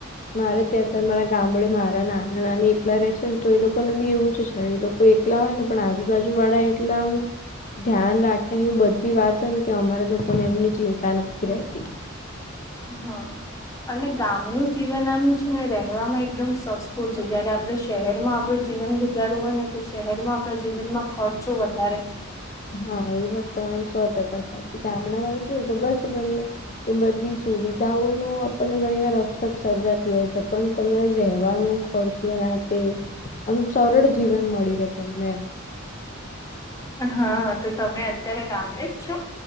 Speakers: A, on the left; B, on the left.
A: મારે ત્યાં ત મારા ગામડે મારા નાના નાની એકલા રહે છે ને તો એ લોકોને બી એવું જ છે એ લોકો એકલા હોય ને પણ આજુબાજુ વાળા એટલા ધ્યાન રાખે ને એવી બધી વાતો હો ને કે અમારા લોકોને એમની ચિંતા નથી રહેતી
B: હા અને ગામનું જીવન આમ છે ને રહેવામાં એકદમ સસ્તું છે જયારે આપડ શહેરમાં આપણું જીવન ગુજારવું હોય ને તો શહેરમાં આપણા જીવનમાં ખર્ચો વધારે છે
A: હા એ વાત તમારે સો ટકા સાચી કે ગામણાં ભ કેવું ખબર છે તમને એ બધી સુવિધાઓનું આપણને ઘણી વાર અછત સર્જાતી હોય છે પણ તને રહેવાનું ફચુ તે આમ સરળ જીવન મળી રહે તમને
B: હા તો તમે અત્યારે ગામડે જ છો